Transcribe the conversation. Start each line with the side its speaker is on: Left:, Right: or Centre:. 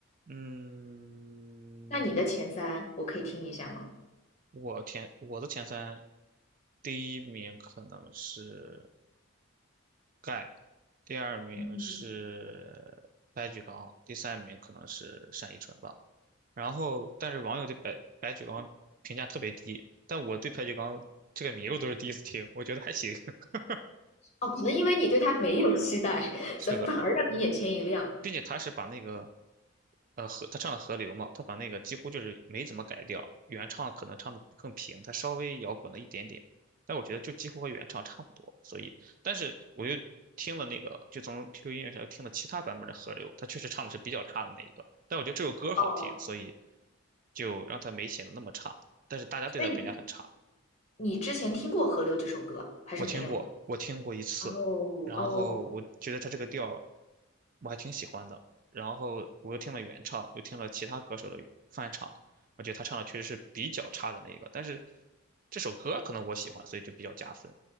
Right: 嗯，
Left: 那你的前三我可以听一下吗？
Right: 我前我的前三，第一名可能是盖，第二名是
Left: 嗯，
Right: 白举纲，第三名可能是单依纯吧。然后，但是网友对白白举纲评价特别低，但我对白举纲这个名我都是第一次听，我觉得还行。<laughs>
Left: 哦，可能因为你对他没有期待，
Right: 是的。
Left: 所以反而让你眼前一亮。
Right: 并且他是把那个，呃，河他唱了河流嘛，他把那个几乎就是没怎么改掉，原唱可能唱的更平，他稍微摇滚了一点点，但我觉得就几乎和原唱差不多。所以，但是我又听了那个，就从 QQ 音乐上又听了其他版本的河流，他确实唱的是比较差的那一个，但我觉得这首歌好听，
Left: 哦，
Right: 所以就让他没显得那么差，但是大家对他评价很差。
Left: 所以你你之前听过《河流》这首歌还是没有？
Right: 我听过，我听过一次，
Left: 哦哦，
Right: 然后我觉得他这个调儿我还挺喜欢的，然后我又听了原唱，又听了其他歌手的翻唱，我觉得他唱的确实是比较差的那个，但是这首歌可能我喜欢，所以就比较加分。